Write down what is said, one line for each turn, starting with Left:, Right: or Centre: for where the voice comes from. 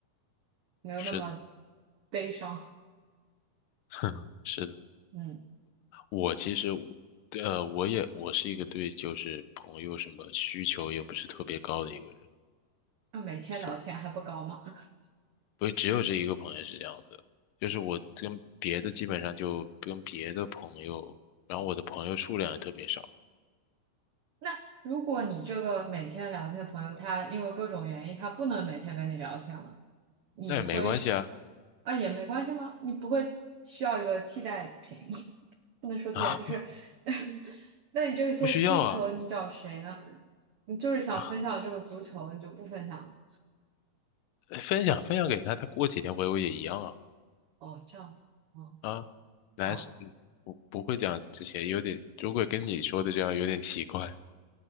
Right: 没有那么
Left: 是的，
Right: 悲伤，
Left: <laughs> 是的，
Right: <laughs> 嗯，
Left: 我其实我对，呃，我也我是一个对就是朋友什么需求也不是特别高的一个人，
Right: 那每天聊天还不高吗？
Left: 所
Right: <laughs>
Left: 不只有这一个朋友是这样子，就是我跟别的基本上就跟别的朋友，然后我的朋友数量也特别少，
Right: 那如果你这个每天聊天的朋友，他因为各种原因，他不能每天跟你聊天了，你会是
Left: 那也没关系啊
Right: 啊也没关系吗？你不会需要一个替代品？不能说题了，
Left: 啊，
Right: 就是，
Left: 不
Right: <laughs> 那你这些需求你找谁呢？
Left: 不需要啊
Right: 你就是想分享这个足球，
Left: 啊，
Right: 你就不分享了？
Left: 分享分享给他，他过几天回我也一样啊
Right: 哦，这样子，哦
Left: 啊，男是嗯不不会讲这些，
Right: 哦，
Left: 有点如果跟你说的这样有点奇怪，